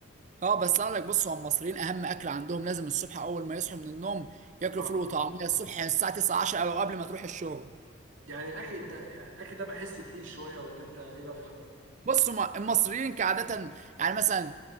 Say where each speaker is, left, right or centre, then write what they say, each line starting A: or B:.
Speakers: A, on the right; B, on the right.
A: اه بس اقول لك بص هو المصريين اهم اكل عندهم لازم الصبح اول ما يصحوا من النوم ياكلوا
B: اه
A: فول وطعميه الصبح يعني الساعه 9 10 او قبل ما تروح الشغل
B: يعني الاكل انت يعني الاكل ده بحسه تقيل شويه ولا انت ايه رايك؟
A: بص هما المصريين كعاده يعني مثلا